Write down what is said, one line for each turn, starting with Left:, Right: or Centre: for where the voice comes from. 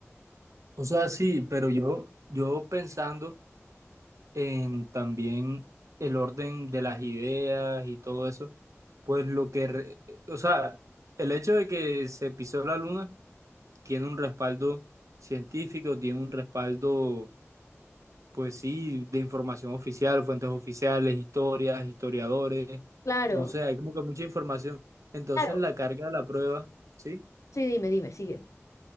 Right: o sea, sí, pero yo, yo pensando en también el orden de las ideas y todo eso, pues lo que, re- o sea, el hecho de que se pisó la Luna tiene un respaldo científico, tiene un respaldo pues sí, de información oficial, fuentes oficiales, historias, historiadores,
Left: Claro,
Right: no sé, hay como que mucha información. Entonces
Left: claro.
Right: la carga de la prueba, ¿sí?
Left: Sí, dime, dime, sigue.